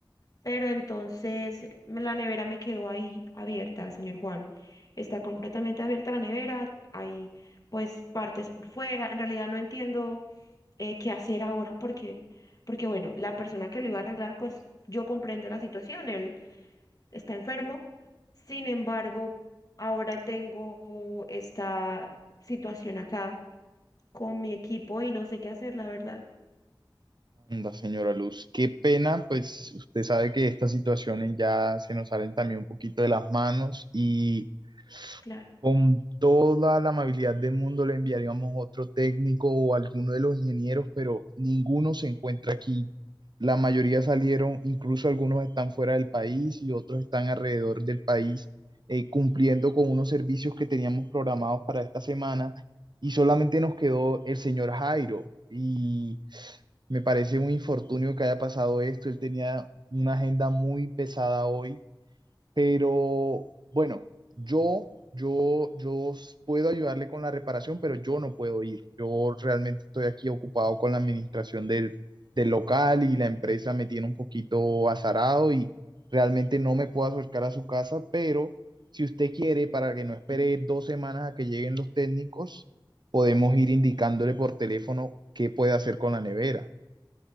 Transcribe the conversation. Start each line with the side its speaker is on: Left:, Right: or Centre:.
Left: Pero entonces me- la nevera me quedó ahí abierta, señor Juan. Está completamente abierta la nevera, hay pues partes por fuera. En realidad no entiendo eh, qué hacer ahora porque, porque bueno, la persona que lo iba a arreglar, pues yo comprendo la situación, él está enfermo. Sin embargo, ahora tengo esta situación acá con mi equipo y no sé qué hacer, la verdad.
Right: Anda, señora Luz, qué pena, pues usted sabe que estas situaciones ya se nos salen también un poquito de las manos y
Left: Claro.
Right: Con toda la amabilidad del mundo le enviaríamos otro técnico o alguno de los ingenieros, pero ninguno se encuentra aquí. La mayoría salieron, incluso algunos están fuera del país y otros están alrededor del país, eh, cumpliendo con unos servicios que teníamos programados para esta semana y solamente nos quedó el señor Jairo. Y me parece un infortunio que haya pasado esto. Él tenía una agenda muy pesada hoy pero bueno, yo, yo, yo s- puedo ayudarle con la reparación, pero yo no puedo ir. Yo realmente estoy aquí ocupado con la administración del, del local y la empresa me tiene un poquito azarado y realmente no me puedo acercar a su casa, pero si usted quiere, para que no espere
Left: Ujú.
Right: dos semanas a que lleguen los técnicos, podemos ir indicándole por teléfono qué puede hacer con la nevera.